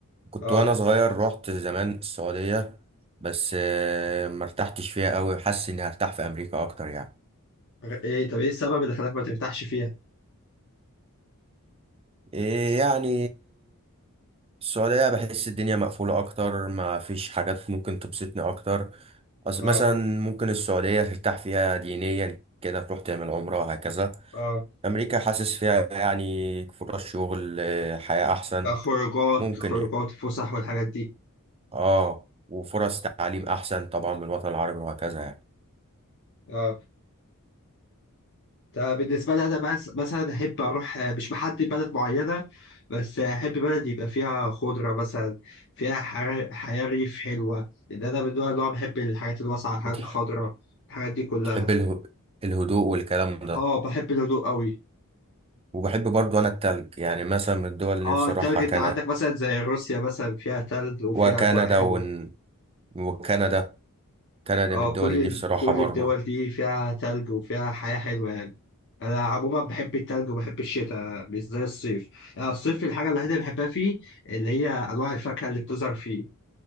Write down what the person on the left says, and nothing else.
آه،
إيه طب إيه السبب اللي خلاك ما ترتاحش فيها؟
آه،
آه،
كخروجات،
خروجات،
فسح والحاجات دي،
آه، ده بالنسبة لي أنا مس- مثلا أحب أروح آه، مش بحدد بلد معينة، بس أحب بلد يبقى فيها خضرة مثلا، فيها حر- حياة ريف حلوة، لأن أنا من النوع اللي هو بحب الحاجات الواسعة، الحاجات
الخضراء، الحاجات دي كلها،
آه بحب الهدوء أوي.
اه
التلج
انت
عندك مثلا زي روسيا مثلا فيها تلج وفيها
اجواء حلوه
اه
كل
كل
الدول دي فيها تلج وفيها حياه حلوه يعني انا عموما بحب التلج وبحب الشتاء مش زي الصيف يعني الصيف الحاجه الوحيده اللي بحبها فيه اللي هي انواع الفاكهه اللي بتظهر فيه